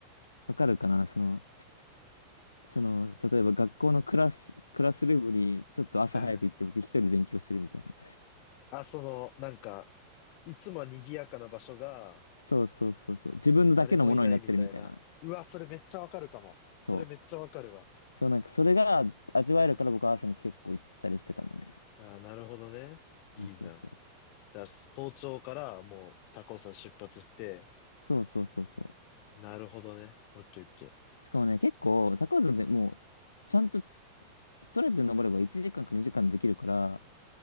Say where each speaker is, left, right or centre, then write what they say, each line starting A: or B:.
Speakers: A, on the left; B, on the left.
A: わかるかなその、その、例えば学校のクラス、クラスルームにちょっと朝早く行って僕一人で勉強してるみたいな。
B: うん。あ、その、なんか、いつも賑やかな場所が、
A: そうそうそうそう。自分のだけのものになってるみたいな。
B: 誰もいないみたいな。うわ、それめっちゃわかるかも。
A: そう。
B: それめっちゃわかるわ。
A: そう、なんかそれが味わえるから僕は朝に結構行ったりしてたんだよね。
B: うん。ああ、なるほどね。いいじゃん。
A: そうそうそう。
B: じゃあ、早朝からもう高尾山出発して、
A: そうそうそうそ
B: なるほどね。オッケーオッケー。
A: う。しかもね、結構、高尾山でもう、ちゃんとスストレートに登れば1時間か2時間できるから、